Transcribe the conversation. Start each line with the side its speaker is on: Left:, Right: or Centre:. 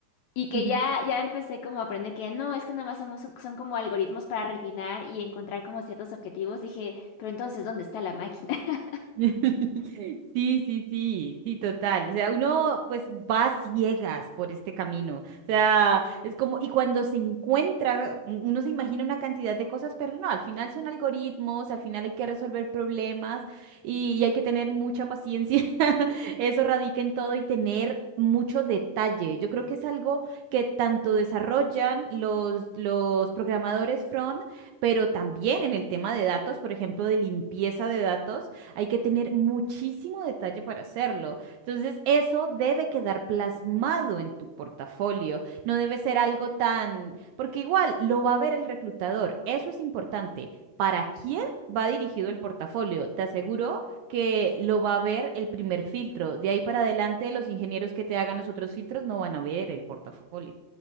Left: y que
Right: <laughs>
Left: ya, ya empecé como a aprender que no, es que nada más son, son son como algoritmos para refinar y encontrar como ciertos objetivos. Dije, pero entonces, ¿dónde está la máquina? <laughs>
Right: <laughs> Sí, sí, sí, sí, total. O sea, uno pues va a ciegas por este camino. O sea, es como, y cuando se encuentra, un- uno se imagina una cantidad de cosas, pero no, al final son algoritmos, al final hay que resolver problemas y, y hay que tener mucha paciencia. <laughs> Eso radica en todo y tener mucho detalle. Yo creo que es algo que tanto desarrollan los, los programadores front, pero también en el tema de datos, por ejemplo, de limpieza de datos. Hay que tener muchísimo detalle para hacerlo. Entonces, eso debe quedar plasmado en tu portafolio. No debe ser algo tan... Porque igual lo va a ver el reclutador. Eso es importante. ¿Para quién va dirigido el portafolio? Te aseguro que lo va a ver el primer filtro. De ahí para adelante, los ingenieros que te hagan los otros filtros no van a ver el portafolio.